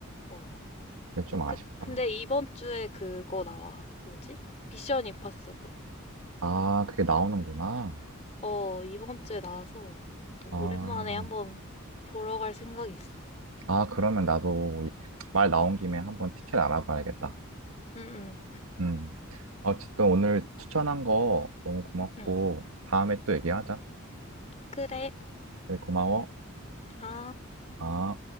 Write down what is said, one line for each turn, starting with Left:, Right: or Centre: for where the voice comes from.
Left: 어.
Right: 그게 좀 아쉽다.
Left: 그, 근데 이번 주에 그거 나와. 그 뭐지? 미션 임파서블.
Right: 아, 그게 나오는구나.
Left: 어, 이번 주에 나와서 또
Right: 아,
Left: 오랜만에 한번 보러 갈 생각이 있어.
Right: 아, 그러면 나도 이- 말 나온 김에 한번 티켓 알아봐야겠다.
Left: 응,
Right: 음. 어쨌든 오늘 추천한 거 너무 고맙고,
Left: 응, 응.
Right: 다음에 또 얘기하자.
Left: 그래.
Right: 그래, 고마워.
Left: 아.
Right: 아.